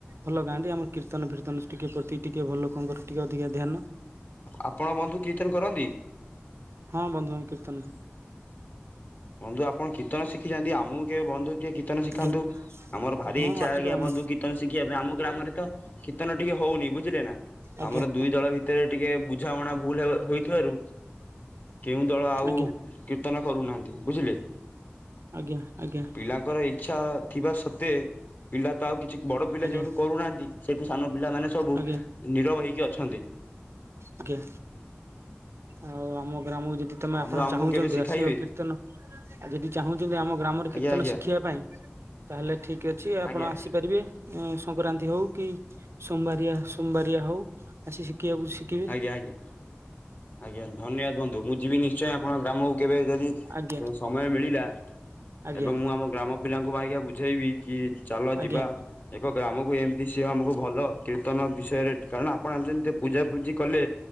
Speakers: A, on the right (about 80°); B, on the left (about 45°).
A: ଭଲ ଗାଁ ଟି ଆମ କୀର୍ତ୍ତନ ଫୀର୍ତ୍ତନ ଟିକେ ପ୍ରତି ଟିକେ ଭଲ ଲୋକଙ୍କର ଟିକେ ଅଧିକା ଧ୍ୟାନ।
B: ଆପଣ ବନ୍ଧୁ କୀର୍ତ୍ତନ କରନ୍ତି?
A: ହଁ ବନ୍ଧୁବାନ୍ଧ କୀର୍ତ୍ତନ
B: ବନ୍ଧୁ ଆପଣ କୀର୍ତ୍ତନ ଶି ଶିଖିଛନ୍ତି। ଆମକୁ କେବେ ବନ୍ଧୁ ଟିକେ କୀର୍ତ୍ତନ ଶିଖାନ୍ତୁ।
A: ଆଜ୍ଞା
B: ଆମର ଭାରି
A: ହଁ
B: ଇଚ୍ଛା
A: ଆସନ୍ତୁ
B: ଆଜ୍ଞା
A: ଆମ
B: ବନ୍ଧୁ କୀର୍ତ୍ତନ ଶିଖିବା ପାଇଁ ଆମ ଗ୍ରାମରେ ତ କୀର୍ତ୍ତନ ଟିକେ ହଉନି ବୁଝିଲେ ନା।
A: ଆଜ୍ଞା
B: ଆମର ଦୁଇ ଦଳ ଭିତରେ ଟିକେ ବୁଝାମଣା ଭୁଲ ହେବ ଥିବାରୁ କେଉଁ ଦଳ
A: ଆଜ୍ଞା
B: ଆଉ କୀର୍ତ୍ତନ କରୁନାହାଁନ୍ତି। ବୁଝିଲେ
A: ଆଜ୍ଞା ଆଜ୍ଞା ଆଜ୍ଞା
B: ପିଲାଙ୍କର ଇଚ୍ଛା ଥିବା ସତ୍ତ୍ୱେ ପିଲା ତ ଆଉ କିଛି ବଡ ପିଲା
A: ଆଜ୍ଞା
B: ଯୋଉଠୁ କରୁନାହାଁନ୍ତି ସେଇଠୁ ସାନ ପିଲା ମାନ ସବୁ
A: ଆଜ୍ଞା
B: ନିରବ ହେଇ କି ଅଛନ୍ତି।
A: ଆଜ୍ଞା ଆଉ ଆମ ଗ୍ରାମକୁ ଯଦି ତମେ
B: ବନ୍ଧୁ
A: ଆପଣ
B: ଆମକୁ
A: ଚାହୁଁଛନ୍ତି
B: କେବେ ଶିଖାଇବେ
A: ଆସିବାକୁ କୀର୍ତ୍ତନ ଆଉ ଯଦି ଚାହୁଁଛନ୍ତି ଆମ ଗ୍ରାମରେ
B: ଆଜ୍ଞା
A: କୀର୍ତ୍ତନ
B: ଆଜ୍ଞା
A: ଶିଖେଇବା ପାଇଁ ତାହେଲେ ଠିକ ଅଛି ଆପଣ
B: ଆଜ୍ଞା
A: ଆସିପାରିବେ। ସଂକ୍ରାନ୍ତି ହଉ କି ସୋମବାରିଆ ସୋମବାରିଆ ହଉ ଆସି ଶି କେଇଆକୁ ଶିକିବେ।
B: ଆଜ୍ଞା ଆଜ୍ଞା ଆଜ୍ଞା ଧନ୍ୟବାଦ ବନ୍ଧୁ ମୁଁ ଯିବି ନିଶ୍ଚୟ ଆପଣଙ୍କ ଗ୍ରାମକୁ କେବେ ଯଦି
A: ଆଜ୍ଞା
B: ସମୟ ମିଳିଲା
A: ଆଜ୍ଞା
B: ଏବଂ ମୁଁ ଆମ ଗ୍ରାମ ପିଲାଙ୍କୁ ମ ଆଜ୍ଞା ବୁଝେଇବି କି ଚାଲ
A: ଆଜ୍ଞା
B: ଯିବା ଏକ ଆମକୁ ଏମିତି ସିଏ ଆମକୁ ଭଲ କୀର୍ତ୍ତନ ବିଷୟରେ କାରଣ ଆପଣ ଆଣିଛନ୍ତି ଯେ ପୂଜା କଲେ